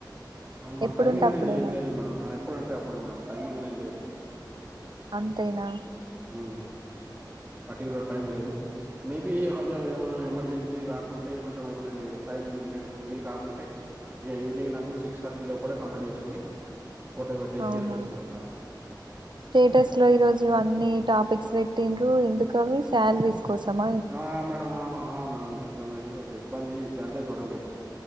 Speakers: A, on the right; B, on the right.
A: ఆ
B: ఎప్పుడుంటే
A: టైమింగ్ అనేది
B: అప్పుడేనా
A: ఏం లేదు మేడం ఎప్పుడు అంటే అప్పుడు మేడం టైమింగ్ అనేది లేదు
B: అంతేనా
A: మ్మ్ పర్టికులర్ టైం లేదు మేబి <inaudible> ఏమనా ఎమర్జెన్సీ రాకుంటే కొంచెం ఏమైనా టైం <unintelligible> వీలు కాకుంటే ఈవినింగ్ నాకు సిక్స్ థర్టీ లో కూడా కంప్లీట్ చేసుకొని ఫోటో పెట్టేసి
B: అవునా
A: వచ్చేస్తాను మేడం
B: స్టేటస్ లో ఈరోజు అన్ని టాపిక్స్ పెట్టిన్రు ఎందుకవి శాలరీస్ కోసమ
A: ఆ మేడం ఆ ఆ మేడం కొంచెం అది కొంచెం ఇబ్బంది సాలరీస్ పడలేదు